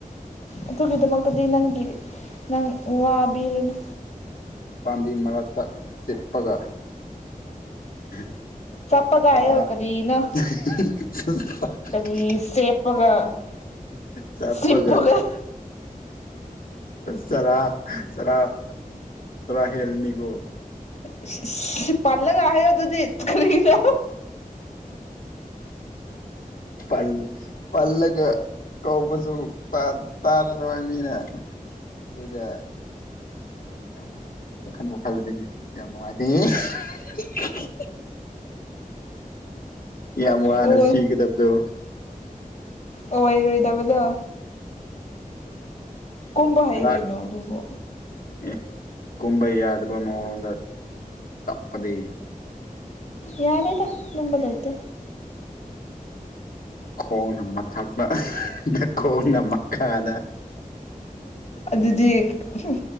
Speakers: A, on the left; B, on the left.
A: ꯑꯗꯨꯒꯤꯗꯃꯛꯇꯗꯤ ꯅꯪꯒꯤ ꯅꯪ ꯋꯥꯕꯤꯔꯥꯅꯨ
B: ꯄꯥꯝꯕꯤ ꯃꯔꯛꯇ ꯆꯤꯠꯄꯒ <unintelligible>
A: ꯆꯞꯄꯒ ꯍꯥꯏꯌꯣ ꯀꯔꯤꯅꯣ ꯀꯔꯤ ꯆꯦꯞꯄꯒ
B: ꯆꯞꯄꯒ
A: ꯆꯤꯞꯄꯒ
B: ꯆꯔꯥ ꯆꯔꯥ ꯆꯔꯥ ꯍꯦꯜꯂꯥꯅꯤꯀꯣ
A: ꯏꯁ ꯏꯁꯁ ꯄꯥꯜꯂꯒ ꯍꯥꯏꯑꯣ ꯑꯗꯨꯗꯤ ꯀꯔꯤ ꯅꯣ
B: ꯄꯜ ꯄꯜꯒ ꯀꯧꯕꯁꯨ ꯇꯥ ꯇꯥꯔꯥꯔꯣꯏ ꯃꯤꯅ ꯑꯗꯨꯒ ꯌꯥꯝ ꯈꯟꯕꯨ ꯈꯟꯂꯥꯗꯤ ꯌꯥꯝ ꯅꯨꯡꯉꯥꯏꯇꯦꯍꯦ ꯍꯤ ꯈꯤꯈꯤ ꯌꯥꯝ ꯋꯥꯅ
A: ꯑꯣꯏ
B: ꯁꯤꯒꯗꯕꯗꯣ
A: ꯑꯣꯏꯔꯣꯏꯗꯕꯗꯣ ꯀꯨꯝꯕ ꯍꯩ
B: ꯉꯥꯛ
A: ꯀꯩꯅꯣ ꯑꯗꯨꯕꯨ
B: ꯑꯦ ꯀꯨꯝꯕ ꯌꯥꯗꯕ ꯃꯑꯣꯡꯗ ꯆꯞꯄꯗꯤ
A: ꯌꯥꯔꯦꯗ ꯑꯗꯨꯝꯕꯂꯩꯇꯦ
B: ꯅ ꯈꯣꯡꯅ ꯃꯊꯛꯇ ꯅꯀꯣꯛꯅ ꯈꯥꯗꯥ
A: ꯑꯗꯨꯗꯤ ꯍꯨꯝ